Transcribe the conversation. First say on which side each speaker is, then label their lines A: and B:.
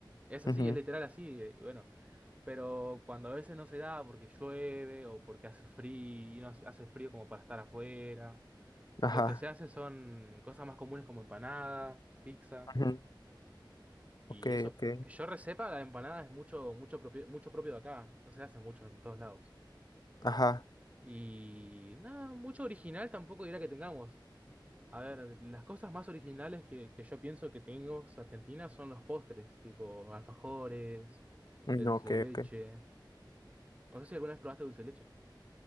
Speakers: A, on the right; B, on the left.
A: Es así,
B: ujú,
A: es literal así, eh, bueno. Pero cuando a veces no se da porque llueve o porque hace frío, hace hace frío como para estar afuera,
B: Ajá.
A: lo que se hace son cosas más comunes como empanada, pizza.
B: ujú,
A: Y
B: Ok,
A: eso,
B: ok.
A: que yo resepa, la empanada es mucho, mucho propio, mucho propio de acá. No se hace mucho en todos lados.
B: Ajá.
A: Y nada, mucho original tampoco dirá que tengamos. A ver, las cosas más originales que, que yo pienso que tenemos Argentina son los postres, tipo alfajores,
B: No,
A: el dulce
B: ok,
A: de leche.
B: ok.
A: No sé si alguna vez probaste dulce de leche.